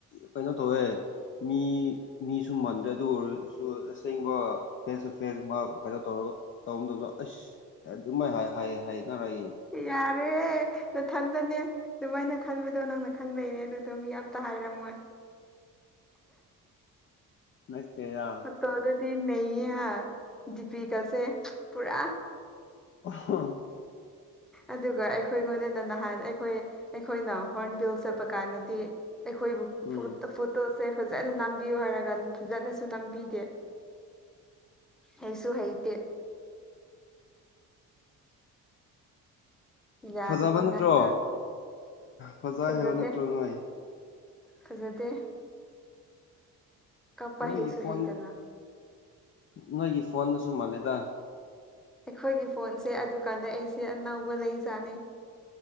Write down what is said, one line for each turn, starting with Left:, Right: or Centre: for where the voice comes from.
Left: ꯀꯩꯅꯣ ꯇꯧꯋꯦ ꯃꯤ ꯃꯤꯁꯨ ꯃꯟꯗꯦ ꯑꯗꯨ ꯑꯣꯏꯔꯁꯨ ꯑꯁꯦꯡꯕ ꯐꯦꯁ ꯇꯨ ꯐꯦꯁꯀꯨꯝꯕ ꯀꯩꯅꯣ ꯇꯧꯔꯒ ꯇꯧꯕ ꯃꯇꯝꯗ ꯑꯁ ꯑꯗꯨꯃꯥꯏ ꯍꯥꯏ ꯍꯥꯏꯅꯔ ꯌꯦꯡꯉꯦ
Centre: ꯌꯥꯔꯦ ꯅꯊꯟꯗꯅꯦ ꯑꯗꯨꯃꯥꯏꯅ ꯈꯟꯕꯗꯣ ꯅꯪꯅ ꯈꯟꯕꯩꯅꯦ ꯑꯗꯨꯗꯣ ꯃꯤ ꯌꯥꯝ ꯇꯍꯥꯏꯔꯝꯃꯣꯏ
Left: ꯅꯠꯇꯦꯗ
Centre: ꯇꯣ ꯑꯗꯨꯗꯤ ꯅꯩꯌꯦ ꯍꯥ ꯗꯤꯄꯤꯀꯁꯦ ꯄꯨꯔꯥ
Left: ꯑꯣꯍꯣ
Centre: ꯑꯗꯨꯒ ꯑꯩꯈꯣꯏꯉꯣꯟꯗꯅ ꯅꯍꯥꯟ ꯑꯩꯈꯣꯏ ꯑꯩꯈꯣꯏꯅ ꯍꯣ꯭ꯔꯟ ꯕꯤꯜ ꯆꯠꯄ ꯀꯥꯟꯗꯗꯤ ꯑꯩꯈꯣꯏꯕꯨ
Left: ꯎꯝ
Centre: ꯐꯣꯇꯣꯁꯦ ꯐꯖꯅ ꯅꯝꯕꯤꯌꯨ ꯍꯥꯏꯔꯒ ꯐꯖꯅꯁꯨ ꯅꯝꯕꯤꯗꯦ ꯍꯩꯁꯨ ꯍꯩꯇꯦ ꯌꯥꯗꯕ
Left: ꯐꯖꯕ ꯅꯠꯇ꯭ꯔꯣ
Centre: ꯉꯥꯛꯇ
Left: ꯐꯖꯩ
Centre: ꯐꯖꯗꯦ
Left: ꯍꯥꯏꯕ ꯅꯠꯇ꯭ꯔꯣ ꯅꯣꯏ
Centre: ꯐꯖꯗꯦ ꯀꯞꯄ
Left: ꯅꯣꯏꯒꯤ
Centre: ꯍꯩꯁꯨ
Left: ꯐꯣꯟ
Centre: ꯍꯩꯇꯅ
Left: ꯅꯣꯏꯒꯤ ꯐꯣꯟꯅꯁꯨ ꯃꯥꯜꯂꯦꯗ
Centre: ꯑꯩꯈꯣꯏꯒꯤ ꯐꯣꯟꯁꯦ ꯑꯗꯨꯀꯥꯟꯗ ꯑꯩꯁꯦ ꯑꯅꯧꯕ ꯂꯩꯖꯥꯠꯅꯦ